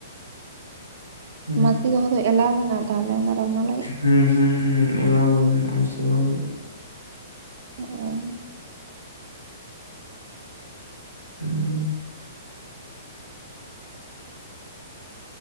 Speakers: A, on the left; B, on the right.
A: ᱦᱩᱸ
B: ᱢᱟᱹᱥᱤ ᱫᱚᱦᱚ ᱫᱚ ᱮᱞᱟᱣ ᱢᱮᱱᱟᱜᱼᱟ ᱛᱟᱦᱚᱞᱮ ᱚᱱᱟ ᱨᱟᱱᱱᱟ ᱞᱟᱹᱜᱤᱫ
A: ᱦᱩᱸ ᱦᱩᱸ ᱦᱩᱸ ᱮᱞᱟᱣ ᱠᱚ <inaudible>
B: <unintelligible>
A: <unintelligible>